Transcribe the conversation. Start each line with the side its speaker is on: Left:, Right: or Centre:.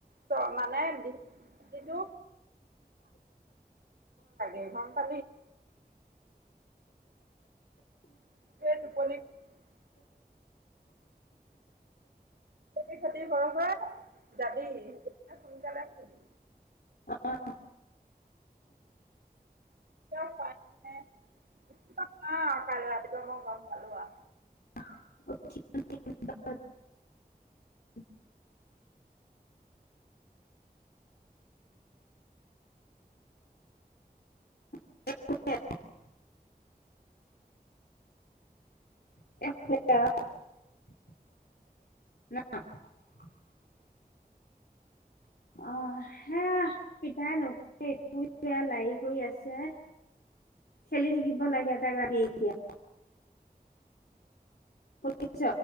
Right: ত' মানে যিটো এঘন্টা <unintelligible> টোপনি খতি হয় হয় যাবি তেতিয়া সোনকালে শুবি
Left: অঁ
Right: কিয় ৰাতিপুৱা মই গম পালো আৰু
Left: <unintelligible> <unintelligible> <unintelligible> অ, সেয়া পিতাই নুহোৱে এতিয়া বেয়া লাইি কৰি আছে। খেলি থাকিব লাগে তাইক ৰাতি এতিয়া। শুনিছ?